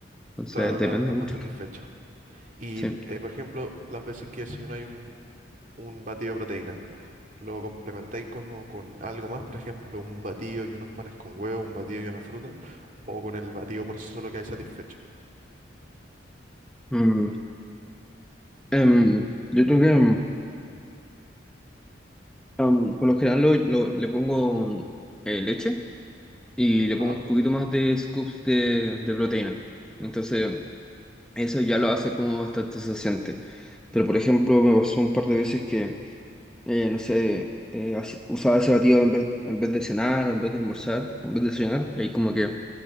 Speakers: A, in the centre; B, on the right.
A: Entonces
B: claro,
A: depende
B: claro, estás
A: mucho.
B: más satisfecho. Y,
A: Sí.
B: eh, por ejemplo, las veces que desayunáis un, un batido de proteína, ¿lo complementáis con, o con algo más? Por ejemplo, un batido y unos panes con huevo, un batido y una fruta, o con el batido por sí solo que hay satisfecho.
A: Mm, em, yo creo que em, em, por lo general lo- lo- le pongo eh, leche y le
B: Ajá,
A: pongo un poquito más de scoops de, de proteína. Entonces eso ya lo hace como bastante saciante. Pero por ejemplo me pasó un par de veces que eh, no sé, eh, así- usaba ese batido en vez, en vez de cenar, o en vez de almorzar, o en vez de cenar, y ahí como que,